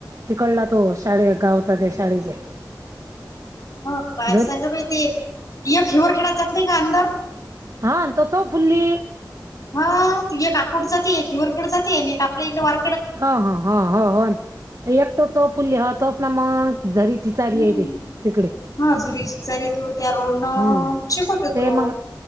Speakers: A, on the right; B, on the left.
A: तिकडला तो शाळे गावचा त्या शाळेच्या
B: हो काय
A: झरी
B: सांग बाई ते ये खिवर खेडात जात नाही का अंधार
A: हांं <unintelligible> फुल्ली
B: हा ते एक आकोड जाते एक हिवरखेड जाते आणि एक आपल्या इकडे वार
A: हा हा हा हो हो एकट चौफुल्ली हो तोच ना मग झरी चीचारी
B: हम्म
A: आहे रे तिकडे
B: हा जुरी शिचारी तो त्या रोडन
A: हम्म
B: शिकवत
A: ते
B: तो.
A: मग